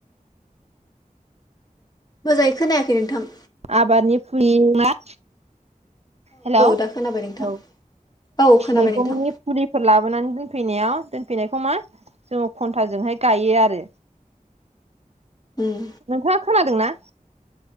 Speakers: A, on the left; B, on the right.
A: मोजाङै खोनायाखै नोंथां।
B: आबादनि फुलि मा। हेल' औ
A: दा खोनाबाय नोंथां
B: औ
A: औ खोनाबाय
B: मैगंनि।
A: नोंथां
B: फुलिफोर लाबोनानै दोनफैनायाव दोनफैनायखौ मा जोङो खन्थाजोंहाय गायो आरो।
A: उम
B: नोंथाङा खोनादों ना?